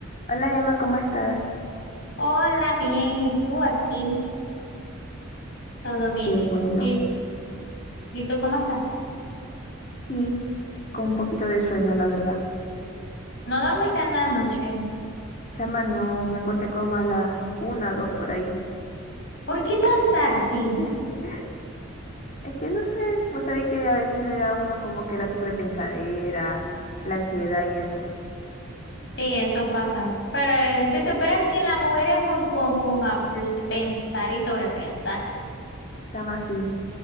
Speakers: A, on the left (about 35°); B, on the left (about 55°).
A: Hola Emma, ¿cómo estás?
B: Hola, bien, ¿y tú aquí? Todo bien.
A: Qué bueno.
B: ¿Y, y tú cómo estás?
A: Y con un poquito de sueño, la verdad.
B: ¿No dormiste en la noche?
A: Chama, no, me acosté como a las una, dos por ahí.
B: ¿Por qué tan tarde? Sí,
A: <laughs> Es que no sé, vos sabés que a veces le da a uno como que la sobrepensadera, la ansiedad y eso.
B: eso pasa. Pero eh, se supone que en la mujer es muy común a pl- pensar y sobrepensar.
A: Chama, sí.